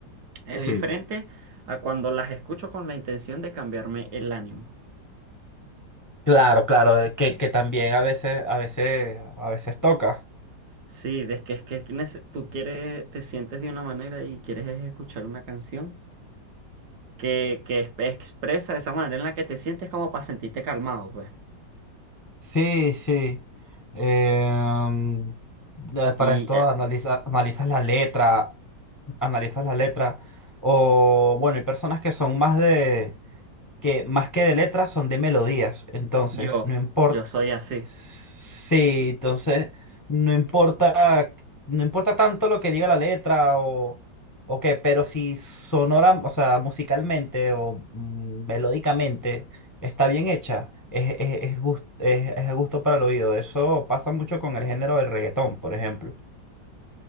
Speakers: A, on the right (about 60°); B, on the left (about 15°).
A: Es
B: Sí.
A: diferente a cuando las escucho con la intención de cambiarme el ánimo.
B: Claro, claro, eh, que, que también a veces, a veces, a veces toca.
A: Sí, es que es que nece- tú quieres, te sientes de una manera y quieres es escuchar una canción que, que es- expresa esa manera en la que te sientes como para sentirte calmado, pues.
B: Sí, sí. Em, eh,
A: Y
B: para esto
A: eh,
B: analiza- analizas la letra, analizas la letra. O bueno, hay personas que son más de, que más que de letras son de melodías. Entonces,
A: yo,
B: no importa.
A: yo soy así.
B: Sí, entonces, no importa, no importa tanto lo que diga la letra o, o qué, pero si sonora, o sea, musicalmente o mm, melódicamente está bien hecha, es, es, es, gus- es, es a gusto para el oído. Eso pasa mucho con el género del reggaetón, por ejemplo.